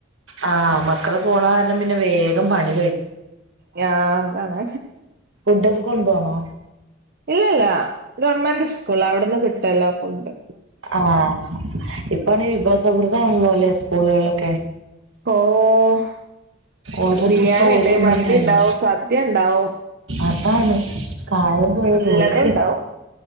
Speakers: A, on the right (about 80°); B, on the right (about 55°).
A: ആഹ് മക്കള് പോണ കാരണം പിന്നെ വേഗം പണി
B: ഞാൻ ആണ്.
A: ഫുടൊ കൊണ്ട് പോണോ?
B: ഇല്ലല്ല ഗവണ്മെന്റ് സ്കൂളിലാ അവിടുന്ന് കിട്ടുമല്ലോ ഫുഡ്‌
A: ആഹ് ഇ ഇപ്പാണേ വിഭവ സമൃദ്ധാണല്ലോ ല്ലെ സ്കൂളുകളിലൊക്കെ.
B: കോഹ്
A: ഓരോ
B: ബിരിയാണി
A: ദിവസം ഓരോ
B: ണ്ട് മന്തി
A: മെനുവല്ലേ
B: ണ്ടാവു സദ്യ ണ്ടാവും.
A: അതാണ് കാലം പോയ
B: എല്ലതും
A: പോക്ക്
B: ണ്ടാവും